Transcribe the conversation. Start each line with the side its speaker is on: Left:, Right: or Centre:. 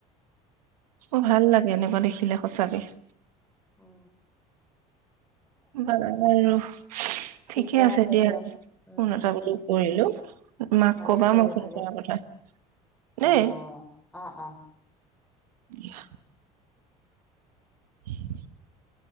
Right: অ', ভাল লাগে এনেকুৱা দেখিলে সঁচাকে। <inaudible>
Centre: অ <inaudible>
Right: বাৰু,
Centre: ঠিকে
Right: ঠিকেই আছে দিয়া
Centre: দিয়ক উম
Right: ফোন
Centre: উম
Right: এটা বোলো
Centre: উম
Right: কৰিলোঁ। মাক
Centre: ভালেই
Right: কবা
Centre: কৰিলে
Right: মই ফোন
Centre: ভালে
Right: কৰাৰ কথা
Centre: হ'ব
Right: দেই।
Centre: অ অ অ
Right: দিয়া। <inaudible>